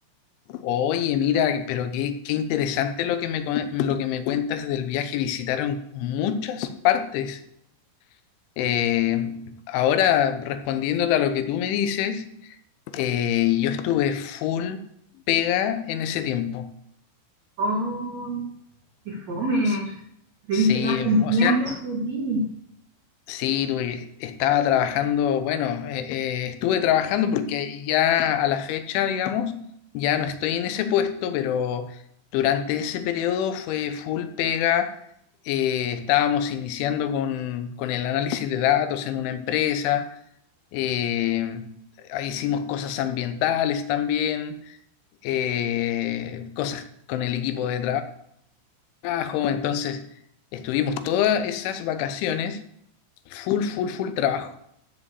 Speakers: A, on the left; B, on the right.
A: Oye, mira, pero qué, qué interesante lo que me, cuen- lo que me cuentas del viaje. Visitaron muchas partes. Eh, ahora, respondiéndote a lo que tú me dices. Eh, yo estuve full pega en ese tiempo.
B: Oh, qué fome,
A: S-
B: debiste
A: Sí,
B: darte un
A: o
B: tiempo
A: sea,
B: para ti.
A: sí, tuve- estaba trabajando, bueno, eh, eh, estuve trabajando porque ya a la fecha, digamos, ya no estoy en ese puesto, pero durante ese periodo fue full pega. Eh, estábamos iniciando con, con el análisis de datos en una empresa, eh, hicimos cosas ambientales también. eh, cosas con el equipo de trabajo. Entonces, estuvimos todas esas vacaciones full, full, full trabajo.